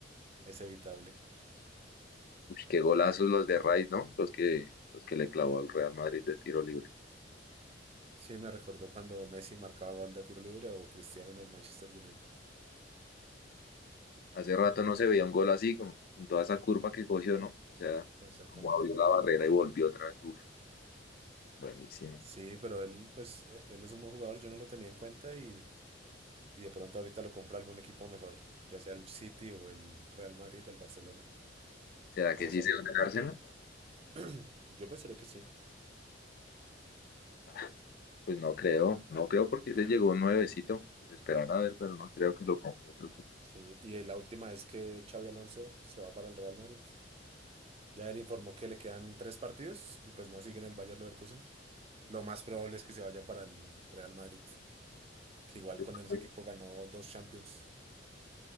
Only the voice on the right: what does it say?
es evitable.
Sí, me recordó cuando Messi marcaba gol de tiro libre o Cristiano en el Manchester United.
Exactamente.
Sí, pero él, pues, eh, él es un buen jugador, yo no lo tenía en cuenta y... y de pronto ahorita lo compra algún equipo mejor, ya sea el City o el Real Madrid, el Barcelona.
Vamos
a
ver.
<clears throat> Yo pensaría que sí.
Sí, y la última es que Xavi Alonso se va para el Real Madrid. Ya él informó que le quedan tres partidos y pues no sigue en el Bayer Leverkusen. Lo más probable es que se vaya para el Real Madrid, que igual
con él ese equipo ganó dos Champions.